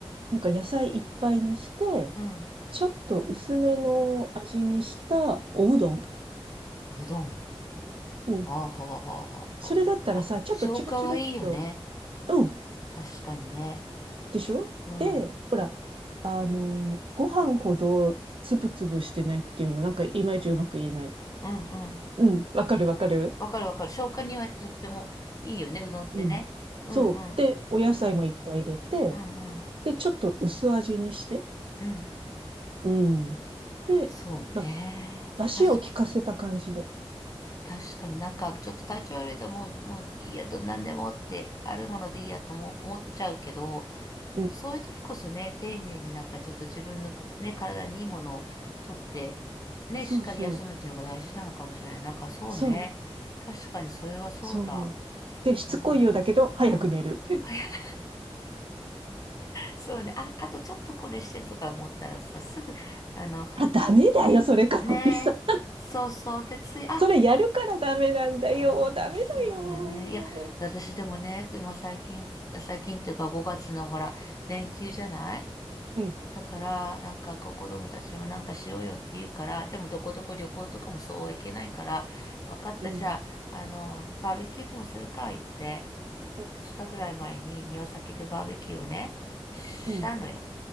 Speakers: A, on the right (about 60°); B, on the left (about 35°).
A: なんか野菜いっぱいにして、
B: うん。
A: ちょっと薄めの味にしたおうどん。
B: うどん。
A: うん。
B: ああ、はあ、はあ、はあ、
A: それだったらさ、
B: はあ。あ、
A: ちょっとチュルチュルっと、
B: 消化がいいよね。
A: うん。
B: 確かにね。
A: でしょで、
B: うん。うん、
A: ほら、あの、ご飯ほどつぶつぶしてないっていうの、なんかいまいちうまく言えない。
B: うん。
A: うん、わかるわかる
B: わかるわかる。消化にはとってもいいよね、うどんってね。
A: うん。
B: うん、
A: そう。
B: うん。
A: で、お野菜もいっぱい入れて、
B: うん、うん。
A: で、ちょっと薄味にして、
B: うん。
A: うん。で、
B: そうね。
A: な、出汁を効かせた感じで。
B: 確確かになんかちょっと体調悪いともう、もういいやと何でもってあるものでいいやとも思っちゃうけど、
A: うん。
B: そういう時こそね、丁寧になんかちょっと自分のね、体にいいものをとって、ね、
A: そうそう。
B: しっかり休むっていうのが大事なのかもしれない。なんかそうね。
A: そう。
B: 確かにそれはそうだ。
A: そう。で、しつこいようだけど、
B: ああ。
A: 早く寝る。
B: うん。<laughs> そうね。あ、あとちょっとこれしてとか思ったらさ、すぐ、あの、
A: あ、ダメだよ、それか、
B: ねえ、
A: おじさん。
B: そうそう、でつい、あ、
A: それやるからダメなんだよ。
B: ああ、
A: ダメだよ。
B: そうだね。いや、私でもね、今最近、最近っていうか5月のほら、連休じゃない
A: うん。
B: だから、なんかこう子供たちもなんかしようよって言うから、でもどこどこ旅行とかもそうはいけないから、わかった、
A: うん。
B: じゃあ、あの、バーベキューでもするか、言って、
A: うん。
B: 2日ぐらい前に庭先でバーベキューをね、したのよ。
A: うん、